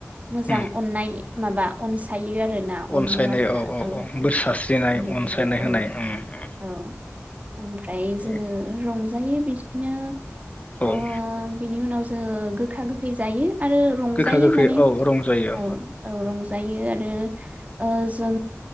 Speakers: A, on the right; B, on the left.
A: मोजां
B: उम
A: अननाय माबा अनसायो आरो अनो
B: अनसायनाय
A: आरो ना औ औ
B: बोर सारस्रिनाय
A: उन्दैफोरखौ
B: अनसायनाय
A: औ
B: होनाय उम उम
A: औ ओमफ्राय
B: दे
A: जोंङो जायो बिदिनो
B: औ
A: अ बिनि उनाव गो गोखा गोखै जायो आरो रंजायो
B: गोखा गोखै
A: माने
B: औ रंजायो
A: औ औ रंजायो आरो ओजों